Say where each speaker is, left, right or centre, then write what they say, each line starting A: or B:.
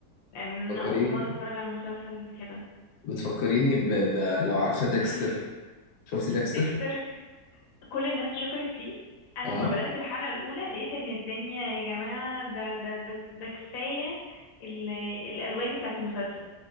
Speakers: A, on the left (about 60°); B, on the left (about 80°).
A: لان انا
B: بتفكريني
A: اول مرة اتفرج على مسلسل كده
B: بتفكريني ب... ب... لو عارفة ديكستر
A: <laughs>
B: شفتي ديكستر
A: ديكستر كل الناس شكرت فيه انا
B: اه
A: لما بدأت الحلقة الاولى لقيت ان الدنيا يا جماعة ده ده ده, ده كفاية ال- الالوان بتاعت المسلسل